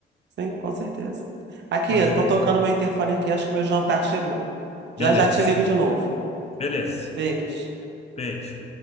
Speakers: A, on the right (about 60°); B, on the left (about 30°).
A: sim, com certeza. Aqui,
B: <laughs> Mas,
A: estão
B: enfim,
A: tocando meu interfone aqui, acho que meu jantar chegou. Já
B: beleza,
A: já te ligo de novo.
B: beleza.
A: Beijo.
B: Beijo.